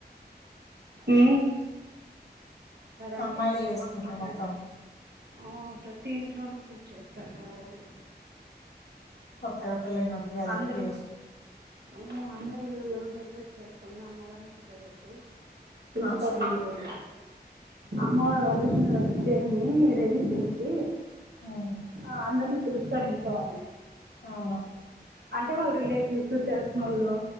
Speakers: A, on the right; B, on the left.
A: ఈ సరంటే
B: అమ్మాయిలే
A: పోతామన్నమాట
B: చేసుకుంటారు మొత్తం
A: ఆ ప్రతి ఇంట్లోనూ పూజ చేస్తారు ఆ రోజు
B: కొత్తగా పెళ్ళైనోళ్ళు అది
A: అందరు
B: ఎక్కువ చేసు
A: ఉ అందరి ఇలల్లో ఉంటే పిట్ చేసుకొని అమ్మవారిని కూర్చోబెట్టి తెలుస్తారు
B: ఆ
A: ముందు రోజు అమ్మవారు వరలక్ష్మి దేవున్ని రెడి
B: హ్మ్
A: చేసి
B: హ్మ్.
A: అ పిలుస్తారు ఇంట్లోవాలని
B: అవును
A: అంటే వాళ్ళ రిలేటివ్స్ తెలిసినోళ్ళు